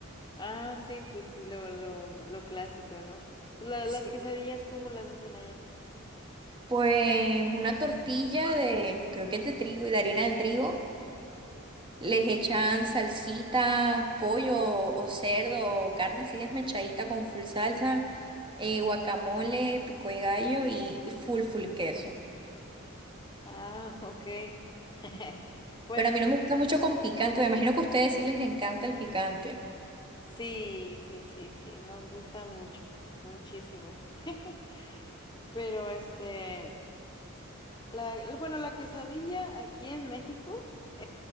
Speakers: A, on the left (about 20°); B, on the right (about 20°).
A: Ah, sí, pues sí, lo, lo, lo clásico, ¿no? Pues la-
B: Sí.
A: las quesadillas, ¿cómo las hacen allá?
B: Pues una tortilla de, creo que es de trigo y de harina de trigo. Les echan salsita, pollo o cerdo o carne así desmechadita con full salsa, eh, guacamole, pico de gallo y, y full full queso.
A: Ah, ok. <laughs> Pues
B: Pero a mí no me gusta mucho con picante. Me imagino que a ustedes sí les encanta el picante.
A: sí, sí, sí, sí, nos gusta mucho, muchísimo. <laughs> Pero este, La, bueno, la quesadilla aquí en México, <laughs>